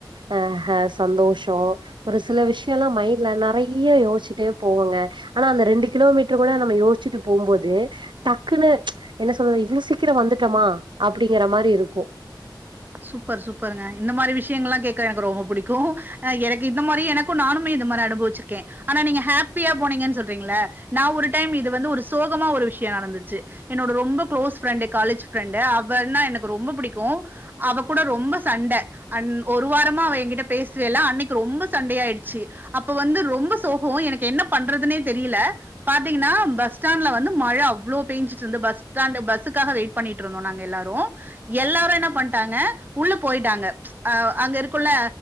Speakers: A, on the right (about 75°); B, on the right (about 25°).
A: ஆஹ சந்தோசோ ஒரு சில விஷயல்லா மைண்ட் ல நறைய யோச்சிட்டே போவங்க ஆனா அந்த ரெண்டு கிலோமீட்டரு கூட நம்ம யோஸ்சிட்டு போம்போது டக்குன்னு என்ன சொல்றது இவ்ளோ சீக்கரோ வந்துட்டோமா அப்படிங்கற மாரி இருக்கு
B: சூப்பர் சூப்பர்ங்க இந்த மாரி விஷயங்கள் எல்லா கேக்க எனக்கு ரொம்ப பிடிக்கு அ எனக்கு இந்த மாரி எனக்கு நானுமே இந்த மாரி அனுபவிச்சிருக்கே ஆனா நீங்க ஹாப்பியா போனீங்கன்னு சொல்றீங்கள நா ஒரு டைம் இது வந்து ஒரு சோகமா ஒரு விஷயோ நடந்துச்சு என்னோட ரொம்ப கு்ளோஸ் ஃப்ரெண்டு காலேஜ் ஃப்ரெண்டு அவன்னா எனக்கு ரொம்ப பிடிக்கு அவ கூட ரொம்ப சண்ட அன் ஒரு வாரமா அவ என்கிட்ட பேசவே இல்ல அன்னைக்கு ரொம்ப சண்டை ஆயிடுச்சு அப்ப வந்து ரொம்ப சோகோ எனக்கு என்ன பண்றதுனே தெரியல பாத்தீங்கன்னா பஸ் ஸ்டாண்ட்ல வந்து மழை அவ்ளோ பெய்ஞ்சிட்டு இருந்து பஸ் ஸ்டாண்ட் பஸ்சுக்காக வெயிட் பண்ணிட்டு இருந்தோ நாங்க எல்லாரு எல்லாரு என்ன பண்ட்டாங்க உள்ள போயிட்டாங்க அ அங்க இருக்குள்ள